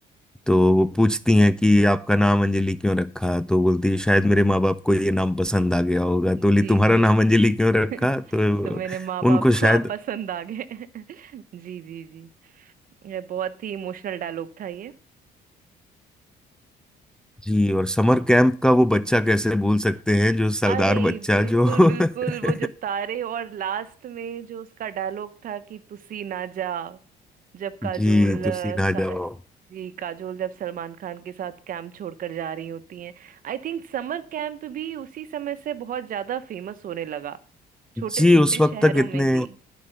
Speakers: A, in the centre; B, on the right (about 55°).
A: तो वो पूछती हैं कि आपका नाम अंजलि क्यों रखा तो बोलती है शायद मेरे माँ बाप को ये नाम पसंद आ गया होगा तो
B: जी
A: बोली तुम्हारा
B: जी
A: नाम अंजलि क्यों रखा
B: <laughs>
A: तो
B: तो मेरे माँ बाप
A: उनको
B: को
A: शायद
B: आप पसंद आ गए <laughs> जी जी जी ये बहुत ही इमोशनल डायलॉग था ये
A: जी और समर कैंप का वो बच्चा कैसे भूल सकते हैं जो सरदार
B: अरे
A: बच्चा
B: बिल्कुल
A: जो
B: बिल्कुल
A: <laughs>
B: वो जो तारे और लास्ट में जो उसका डायलॉग था कि तुसी ना जा जब काजोल
A: जी
B: अ,
A: तो सीधा
B: सा-
A: जाओ
B: जी काजोल जब सलमान खान के साथ कैंप छोड़कर जा रही होती हैं आई थिंक समर कैंप भी उसी समय से बहुत ज्यादा फेमस होने लगा छोटे
A: जी
B: छोटे
A: उस वक्त
B: शहरों
A: तक इतने
B: में भी